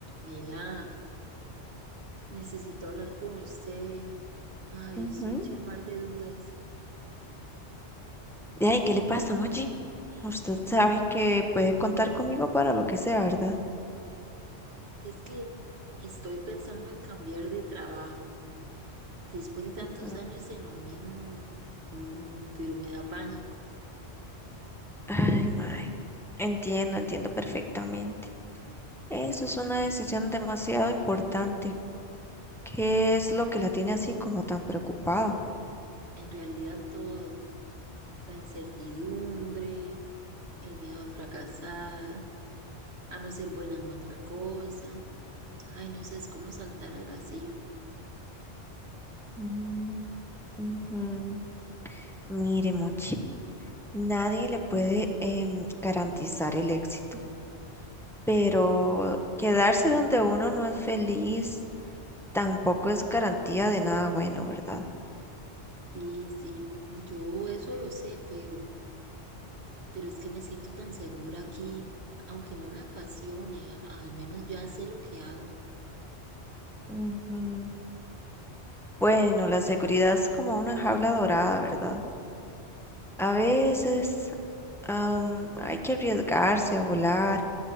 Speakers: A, on the right; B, in the centre.
A: Mela, necesito hablar con usted. Ay,
B: Ujú.
A: estoy hecha un mar de dudas.
B: De ahí, ¿qué le pasa, Mochi? Usted sabe que puede contar conmigo para lo que sea, ¿verdad?
A: Es que estoy pensando en cambiar de trabajo después de tantos
B: Ujú.
A: años en lo mismo, mm, pero me da pánico.
B: Ay, mae. Entiendo, entiendo perfectamente. Eso es una decisión demasiado importante. ¿Qué es lo que la tiene así como tan preocupada?
A: En realidad todo, la incertidumbre, el miedo a fracasar, a no ser buena en otra cosa. Ay, no sé, es como saltar al vacío.
B: Mm, ujú. Mire, Mochi, nadie le puede em, garantizar el éxito, pero quedarse donde uno no es feliz tampoco es garantía de nada bueno, ¿verdad?
A: Y sí, yo eso lo sé, pero... pero es que me siento tan segura aquí, aunque no me apasione, al menos ya sé lo que hago.
B: Ujú. Bueno, la seguridad es como una jaula dorada, ¿verdad? A veces am, hay que arriesgarse a volar